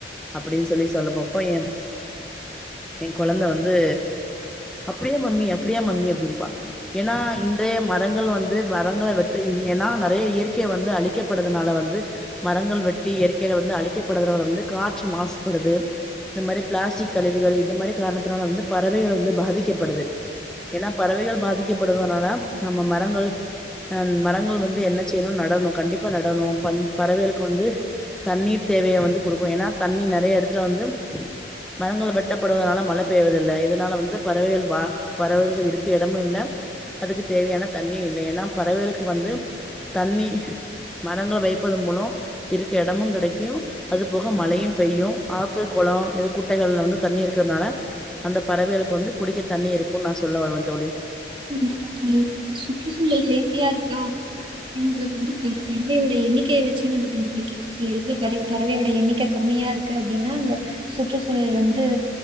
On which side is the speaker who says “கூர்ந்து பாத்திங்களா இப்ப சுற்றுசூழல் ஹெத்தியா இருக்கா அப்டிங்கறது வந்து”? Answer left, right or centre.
Right